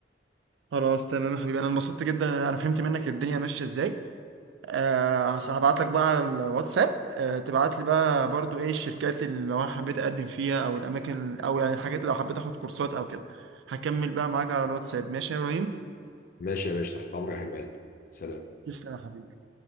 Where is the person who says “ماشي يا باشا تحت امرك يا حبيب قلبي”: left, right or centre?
Left